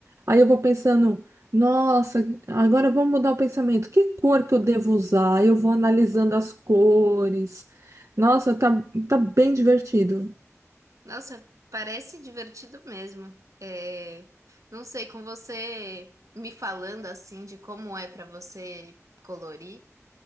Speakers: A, on the right; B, on the right.
A: Aí eu vou pensando, nossa, agora eu vou mudar o pensamento. Que cor que eu devo usar? Eu vou analisando as cores. Nossa, tá, tá bem divertido.
B: Nossa, parece divertido mesmo. É, não sei, com você me falando assim de como é pra você colorir,